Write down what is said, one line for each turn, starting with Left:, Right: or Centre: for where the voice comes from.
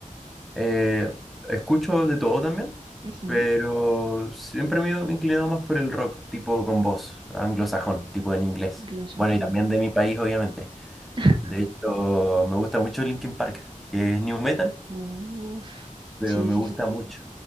Centre: Eh, escucho de todo también,
Right: Ujú,
Centre: pero siempre me he inclinado más por el rock, tipo con voz, anglosajón, tipo en inglés.
Right: Anglosajón.
Centre: Bueno, y también de mi país, obviamente.
Right: <laughs>
Centre: De hecho, me gusta mucho Linkin Park, que es new metal,
Right: Uf,
Centre: pero
Right: sí,
Centre: me
Right: sí,
Centre: gusta
Right: sí.
Centre: mucho.